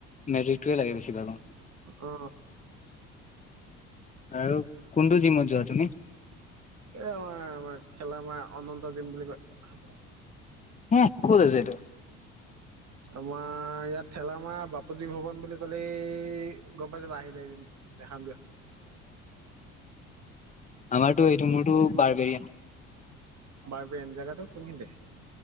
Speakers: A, on the left; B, on the right.
A: মেজিকটয়ে লাগে বেছিভাগৰ
B: অ
A: আৰু কোনটো জিমত যোৱা তুমি।
B: এ আমাৰ আমাৰ ঠেলা মাৰ অনন্ত জিম বুলি কয়
A: হে ক'ত আছে এইটো
B: তোমাৰ ইয়াত ঠেলামাৰ বাপুজী ভৱন বুলি কলেই। গম পতে বাহি য দিম দেখাম দিয়
A: আমাৰতটো এইটো মোৰতটো বাৰবেৰিয়ান
B: বাৰপেন জেগাটো কোনখিনতে